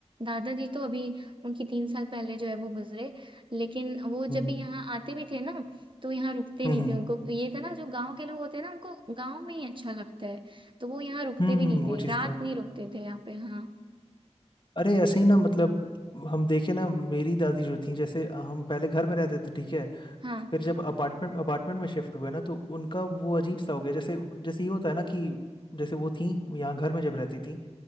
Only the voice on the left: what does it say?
हम्म
हम्म
हम्म
हम्म,
हम्म,
वो
चीज़
तो है
अरे ऐसे ही ना मतलब हम देखे ना मेरी दादी जो थी जैसे हम पहले घर में रहते थे ठीक है
फिर जब अपार्टमेंट अपार्टमेंट में शिफ्ट हुए ना तो उनका वो अजीब सा हो गया जैसे जैसे ये होता है ना कि जैसे वो थी यहाँ घर में जब रहती थी